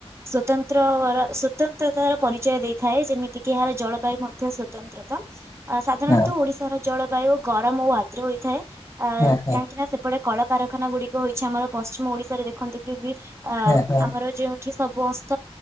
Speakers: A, on the right (about 25°); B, on the left (about 30°).
A: ସ୍ଵତନ୍ତ୍ରର ସ୍ଵତ ନ୍ତ୍ରତା ର ପରିଚୟ ଦେଇଥାଏ ଯେମିତିକି ଏହାର ଜଳବାୟୁ ମଧ୍ୟ ସ୍ୱତନ୍ତ୍ରତା। ସାଧାରଣତଃ
B: ହୁଁ
A: ଓଡ଼ିଶା ର ଜଳବାୟୁ ଗରମ ଓ ଆଦ୍ର ହୋଇଥାଏ ଅ
B: ହୁଁ ହୁଁ
A: କାହିଁକି ନା ସେ ସେପଟେ କଳକାରଖାନା ଗୁଡିକ ହୋଇଛି ଆମର ପଶ୍ଚିମ ଓଡିଶାରେ ଦେଖନ୍ତୁ କି ବି ଅ
B: ହୁଁ ହୁଁ
A: ଆମର ଯୋଉଠି ସବୁ ଅସ୍ତ